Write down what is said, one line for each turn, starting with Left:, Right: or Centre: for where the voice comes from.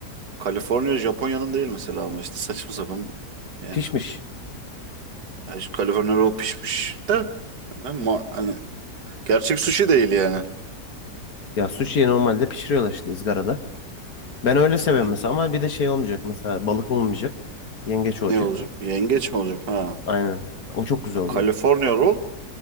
Right: Kaliforniya Japonya'nın değil mesela ama işte saçma sapan yani.
Left: Pişmiş.
Right: Ha, şu Kaliforniya roll pişmiş de ben ma- hani gerçek sushi değil yani.
Left: Ya sushi'yi normalde pişiriyorlar işte ızgarada. Ben öyle seviyorum
Right: Yani
Left: mesela ama bir de şey olmayacak mesela balık olmayacak. Yengeç olacak.
Right: Ne olacak? Yengeç mi olacak? Ha.
Left: Aynen. O çok güzel
Right: Ya,
Left: oluyor.
Right: Kaliforniya roll